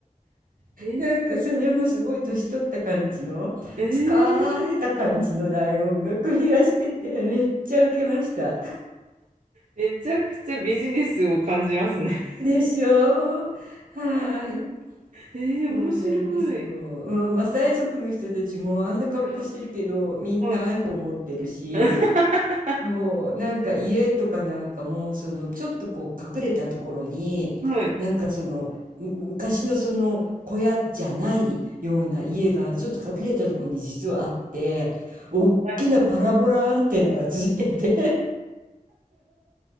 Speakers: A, on the right; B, on the right.
A: えー、
B: なんかそれもすごい年取った感じの、
A: えー、
B: 疲れた感じのライオンが首輪してて、めっちゃウケました。
A: めちゃくちゃビジネスを感じますね。
B: でしょうはい。
A: えー、
B: そうなんですよ。
A: 面白い。
B: うん、マサイ族の人たちもあんな格好してるけど、
A: うん、
B: みんな
A: はい。
B: iPhone 持ってるし、
A: <laughs>
B: そう、なんか家とかなんかも、そのちょっとこう隠れたところに、
A: はい。
B: なんかその、む昔のその小屋じゃないような家がちょっと隠れたところに実はあって、大きなパラボラアンテナがついてて、
A: はい。